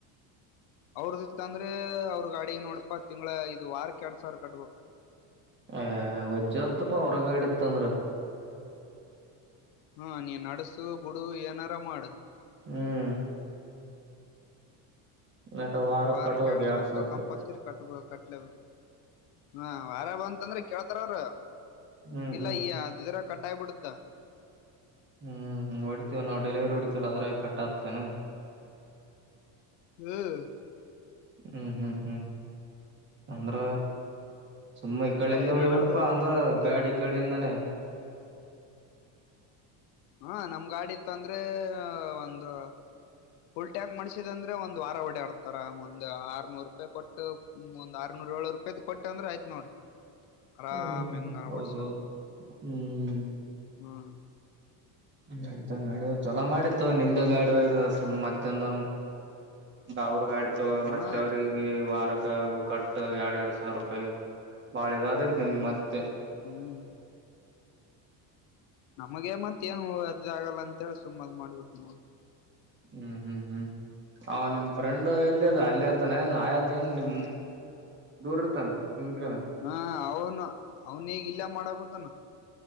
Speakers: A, on the left; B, on the right.
A: ಅವ್ರ್ದಿತ್ ಅಂದ್ರೆ ಅವ್ರ ಗಾಡಿಗೆ ನೋಡಪಾ ತಿಂಗಗಳ ಇದು ವಾರಕ್ಕೆ ಎಡ್ ಸಾವಿರ ಕಟ್ಬೇಕು
B: ಆ ವಜ್್ರ ಹೊತ್ತ ಪ ಅವರಗಾಡಿತ್ತಂದ್ರ
A: ಹಾ ನೀ ನಡ್ಸು ಬಿುಡು ಏನಾರ ಮಾಡ
B: ಹ್ಮ್ ನಟ ವಾರಕ್
A: ವಾರಕ್ಕೆ
B: ಕಟ್ಬೇಕ
A: ಎಡು
B: ಎರಡ್
A: ಸಾವಿರ ರೂಪಾಯ
B: ರೂಪಾಯಿ
A: ಕಂಪಲ್ಸರಿ ಕಟ್ ಕಟ್ಲಬೇಕ ಹಾ ವಾರ ಬ ಅಂತಂದ್ರೆ ಕೇಳ್ತಾರ ಅವ್ರ
B: ಹ್ಮ್
A: ಇಲ್ಲ
B: ಹ್ಮ್ ಹ್ಮ್
A: ಈ ಅಿದ್ರ ಕಡ್ಾಯಪಡುತ್ತ
B: ಹ್ಮ್ ಹೊಡಿತೀವಿ ನಾವು ಡೆಲಿವರಿ ಹೊಡಿತೀವಲ್ಲ ಅದ್ರ ಕಟ್ ಆಗ್ತೇನೆ
A: ಹ್ಮ್
B: ಹ್ಮ್ ಹ್ಮ್ ಹ್ಮ್ ಅಂದ್ರ ಸುಮ್ಮ ಈ
A: ಎಲ್ಲಾ
B: ಕಡ್ಲಿಂದ
A: ಹೈರಾಣ
B: ಹೊಯ್ಬೇಕಪ್ಪಾ
A: ಅದು
B: ಅಂದ್ರ
A: ಏನ್ ಮಾಡ್ತೀವಿ
B: ಗಾಡಿ ಈ ಕಡ್ಲಿಂದಾನೇ
A: ಹಾ ನಮ್ ಗಾಡಿ ಇತ್ತ ಅಂದ್ರೆ ಒಂದು ಫುಲ್ ಟ್ಯಾಂಕ್ ಮಾಡ್ಸಿದ ಅಂದ್ರೆ ಒಂದ್ ವಾರ ಡಾಡ್ತಾರ ಮುಂದ್ ಆರ್ನೂರು ರೂಪಾಯಿ ಕೊಟ್ಟು ಒಂದ್ ಆರ್ನೂರು ಏು ರೂಾಯ್ಟ್ಟಂದ್ರ ಆಯ್ತ ನೋಡ್ ಆರಾಮ್
B: ಹ್ಮ್
A: ಹೆಂಗನ
B: ಹೌದೌದು
A: ಓಡ್ಸಾಕ್
B: ಹ್ಮ್
A: ಹ್ಮ್
B: ನತ ನ ಚಲೋ ಮಾಡಿತ್ತುು ನಿಂದೆ ಗಾಡು ಇ ಸು್ ಮತ್ತೊಂದ ಅವ್ರ ಗಾಡಿ ತಗ ಮೆ
A: ಹಾ
B: ಅವ್ರಿಗೆ ವಾರ ಕಟ್ಟ ಎರಡ್ ಎರಡ್ ಸಾವಿರ ರೂಪಾಯಿ ಬಾಳೆಗಾದತ್ ನಿಮ್ ಮತ್ತೆ
A: ಹ್ಮ್ ನಮಗೆ ಮತ್ ಏನು ಅದ ಆಗಲ್ಲ ಅಂತೇಳಿ ಸುಮ್ಮದ ಮಾಡ್ಬಿಟ್ಟು ನೋಡಿ
B: ಹ್ಮ್ ಹ್ಮ್ ಹ್ಮ್ ಅವ ನಿಮ್ ಫ್ರೆಂಡ್ ಎಲ್ಲಿರ್ ಅಲ್ಲ ಇರ್ತಾನ
A: ಹ್ಮ್
B: ಏನ್ ಆಯತ ಏನ್ ನಿಮ್ ದೂರ ಇರ್ತನ <unintelligible>
A: ಹಾ ಅವನು ಅವನ ಈಗ ಇಲ್ಲಾ ಮಾಡಕೂತಾನ